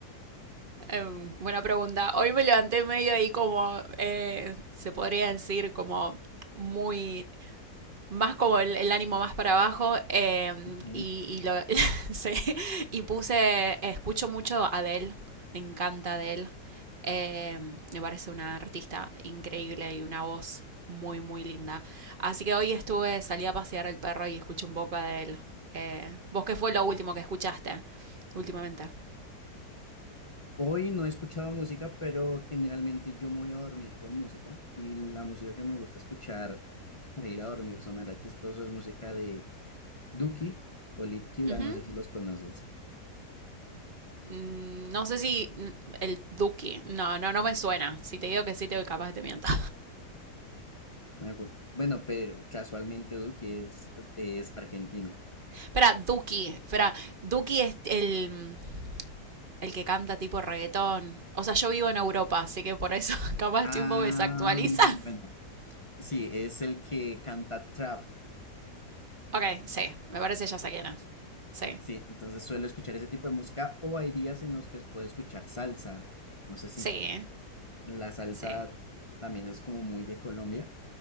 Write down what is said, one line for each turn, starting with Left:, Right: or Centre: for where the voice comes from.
Right: Em, buena pregunta. Hoy me levanté medio ahí como, eh, se podría decir, como muy más como el, el ánimo más para abajo eh,
Left: Ok.
Right: y, y, lo- <laughs> sí, y puse, escucho mucho a Adele, me encanta Adele, eh, me parece una artista increíble y una voz muy, muy linda. Así que hoy estuve, salí a pasear al perro y escuché un poco a Adele. Eh, ¿vos qué fue lo último que escuchaste últimamente?
Left: Hoy no he escuchado música, pero generalmente yo me voy a dormir con música y la música que me gusta escuchar para ir a dormir sonará chistoso es música de Duki o Litkila,
Right: Ujú.
Left: no sé si los conoces.
Right: Mm, No sé si mm, el Duki, no, no, no me suena. Si te digo que sí, te capaz que te miento.
Left: Me acu- Bueno, pero casualmente Duki es, es argentino.
Right: Espera, Duki. Espera, Duki es el, el que canta tipo reggaetón. O sea, yo vivo en
Left: El-
Right: Europa, así que por eso <laughs> capaz
Left: Ah,
Right: estoy un poco desactualizada.
Left: bueno, sí, es el que canta trap.
Right: Ok, sí, me parece ya sé quién es. Sí,
Left: Sí, entonces suelo escuchar ese tipo de música o hay días en los que puedo escuchar salsa. No sé si
Right: sí,
Left: la salsa
Right: sí,
Left: también es como muy de Colombia.